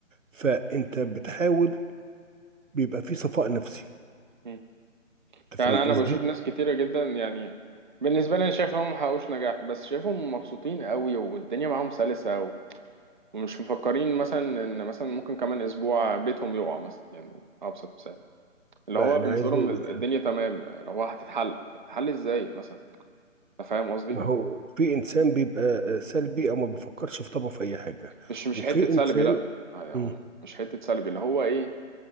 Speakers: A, on the right; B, on the right.
A: فأنت بتحاول بيبقى في صفاء نفسي
B: مم.
A: أنت
B: يعني
A: فاهم قصدي؟
B: أنا بشوف ناس كتيرة جدا يعني بالنسبة لي أنا شايف إن هم محققوش نجاح بس شايفهم مبسوطين قوي والدنيا معاهم سلسة و- ومش مفكرين مثلا إن مثلا ممكن كمان أسبوع بيتهم يقع مثلا يعني أبسط مثال اللي
A: ما
B: هو
A: أنا
B: بالنسبة
A: عايز
B: لهم
A: أقول
B: الدنيا
A: لك
B: تمام اللي هو هتتحل هتتحل ازاي مثلا انت فاهم قصدي
A: ما هو في انسان بيبقى آه، سلبي او ما بيفكرش في طبعه في اي حاجه
B: مش مش
A: وفي
B: حتة سلبي
A: انسان
B: لا يعني هو
A: مم،
B: مش حتة سلبي اللي هو ايه